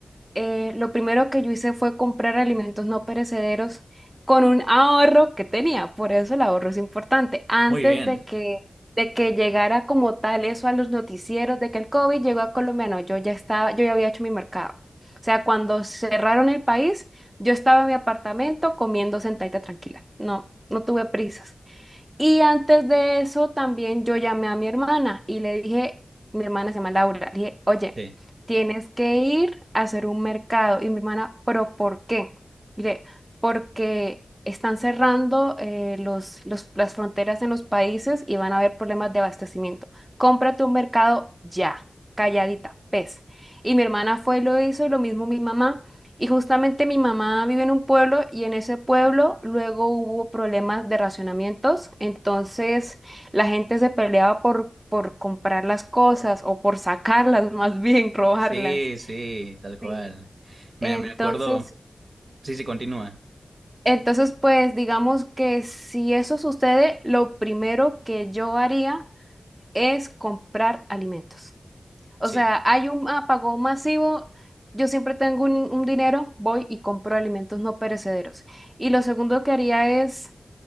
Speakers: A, on the right; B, on the right.
A: eh, lo primero que yo hice fue comprar alimentos no perecederos con un ahorro que tenía. Por eso el ahorro es importante. Antes
B: Muy bien.
A: de que, de que llegara como tal eso a los noticieros de que el COVID llegó a Colombia, no, yo ya estaba, yo ya había hecho mi mercado. O sea, cuando cerraron el país, yo estaba en mi apartamento comiendo sentadita tranquila. No, no tuve prisas. Y antes de eso también yo llamé a mi hermana y le dije, mi hermana se llama Laura, le dije, oye,
B: Sí.
A: tienes que ir a hacer un mercado. Y mi hermana, pero ¿por qué? Mire, porque están cerrando eh, los, los- las fronteras en los países y van a haber problemas de abastecimiento. Cómprate un mercado ya, calladita, pez. Y mi hermana fue, lo hizo, y lo mismo mi mamá. Y justamente mi mamá vive en un pueblo y en ese pueblo luego hubo problemas de racionamientos, entonces la gente se peleaba por, por comprar las cosas o por sacarlas, <laughs> más bien robarlas.
B: Sí, sí, tal cual.
A: Sí.
B: Me,
A: Entonces,
B: me acuerdo. Sí, sí, continúa.
A: entonces pues digamos que si eso sucede, lo primero que yo haría es comprar alimentos. O
B: Sí,
A: sea, hay un apagón masivo, yo siempre tengo un, un dinero, voy y compro alimentos no perecederos. Y lo segundo que haría es